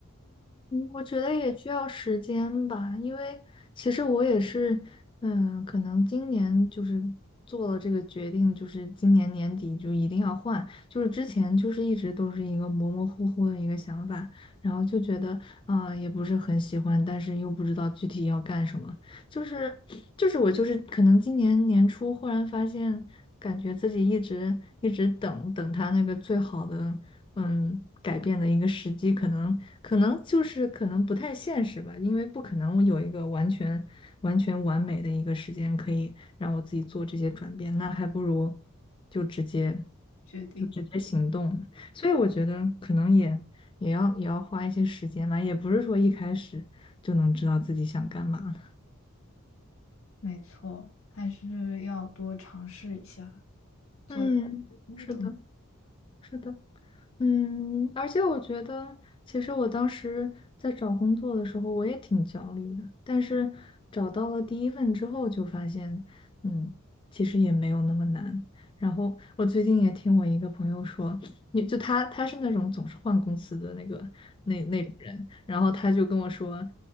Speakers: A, on the left; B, on the left.
A: 我觉得也需要时间吧，因为其实我也是，嗯，可能今年就是做了这个决定，就是今年年底就一定要换，就是之前就是一直都是一个模模糊糊的一个想法，然后就觉得啊，也不是很喜欢，但是又不知道具体要干什么，就是就是我就是可能今年年初忽然发现，感觉自己一直一直等等他那个最好的。嗯，改变的一个时机，可能可能就是可能不太现实吧，因为不可能有一个完全完全完美的一个时间可以让我自己做这些转变，那还不如就直接
B: 决定。
A: 就直接行动呢所以我觉得可能也也要也要花一些时间吧，也不是说一开始就能知道自己想干嘛的。
B: 没错，还是要多尝试一下。所
A: 嗯，
B: 那怎么
A: 是的，是的。嗯，而且我觉得，其实我当时在找工作的时候，我也挺焦虑的。但是找到了第一份之后，就发现，嗯，其实也没有那么难。然后我最近也听我一个朋友说，你就他他是那种总是换公司的那个那那种人，然后他就跟我说，